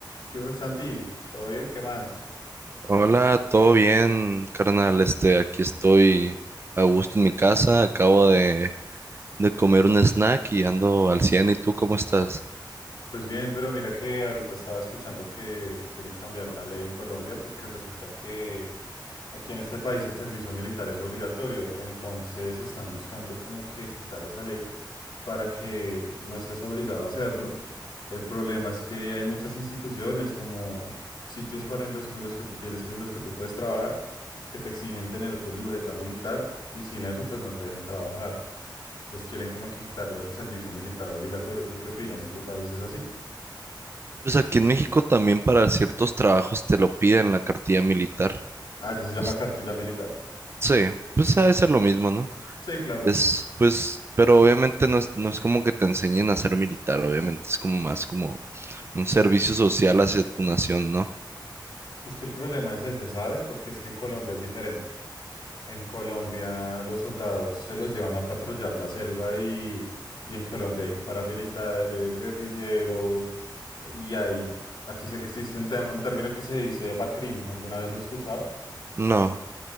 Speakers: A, on the left; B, on the right.
A: ¿Qué hubo, Santi? ¿Todo bien? ¿Qué más?
B: Hola, todo bien, carnal. Este, aquí estoy a gusto en mi casa. Acabo de, de comer un snack y ando al 100. ¿Y tú cómo estás?
A: Pues bien, pero mira que ahorita estaba escuchando que quieren cambiar una ley en Colombia porque resulta que aquí en este país el servicio militar es obligatorio, entonces están buscando como que quitar esa ley para que no estés obligado a hacerlo. El problema es que hay muchas instituciones como sitios para en los que, en los que tú tienes, en los que tú puedes trabajar, que te exigen tener tu libreta militar y sin eso pues no te dejan trabajar. Entonces quieren como que quitarlo del servicio militar obligatorio. ¿Tú qué opinas? ¿En tu país es así?
B: Pues aquí en México también para ciertos trabajos te lo piden la cartilla militar.
A: Ah, ya se llama
B: Es-
A: cartilla militar.
B: Sí, pues ha de ser lo mismo, ¿no?
A: Sí, claro.
B: Es, pues, pero obviamente no es, no es como que te enseñen a ser militar, obviamente es como más como un servicio social hacia tu nación, ¿no?
A: Es que el problema es ese, ¿sabes? Porque es que en Colombia es diferente. En Colombia los soldados se los llevan a patrullar la selva y, y en Colombia hay paramilitares, guerrilleros y hay... Aquí se- existe un tema, un término que se dice BACRIM. ¿Alguna vez lo has escuchado?
B: No,